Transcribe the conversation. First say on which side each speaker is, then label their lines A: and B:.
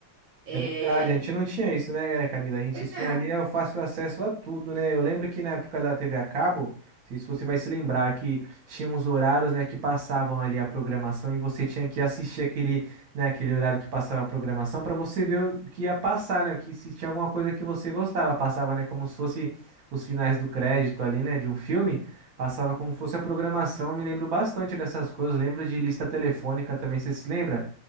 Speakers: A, on the right (about 70°); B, on the right (about 50°).
A: É,
B: É verdade, a gente não tinha isso, né, Camila? A gente
A: Pois
B: tinha
A: é,
B: ali é, o fácil acesso a tudo, né? Eu lembro que na época da TV a cabo, não sei se você vai se lembrar, que tinha uns horários, né, que passavam ali a programação e você tinha que assistir aquele, né, aquele horário que passava a programação para você ver o que ia passar, né? Que se tinha alguma coisa que você gostava, passava, né, como se fosse os finais do crédito ali, né, de um filme. Passava como se fosse a programação, eu me lembro bastante dessas coisas, lembro de lista telefônica também, você se lembra?